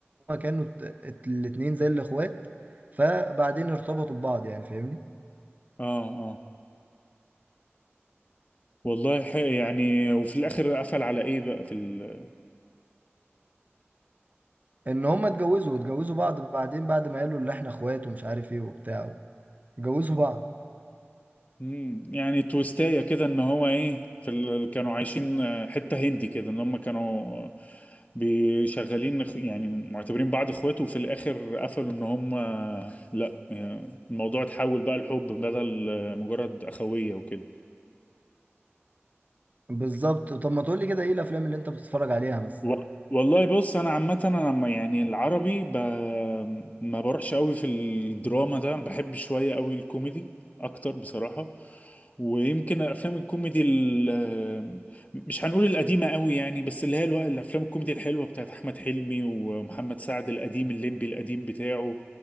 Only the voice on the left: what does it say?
اه اه والله ح- يعني وفي الاخر قفل على ايه بقى في ال...
مم، يعني تويستايه كده ان هو ايه في ال... كانوا عايشين آه، حته هندي كده ان هم كانوا آه، بيشغلين اخ- يعني معتبرين بعض اخوات وفي الاخر قفلوا ان هم آه، لا آه، الموضوع اتحول بقى لحب بدل آه، مجرد اخويه وكده
و- والله بص انا عامه انا لما يعني العربي ب... ما بروحش قوي في الدراما ده انا بحب شويه قوي الكوميدي اكتر بصراحه ويمكن الافلام الكوميدي ال... مش هنقول القديمه قوي يعني بس اللي هي الو... الافلام الكوميدي الحلوه بتاعت احمد حلمي ومحمد سعد القديم الليمبي القديم بتاعه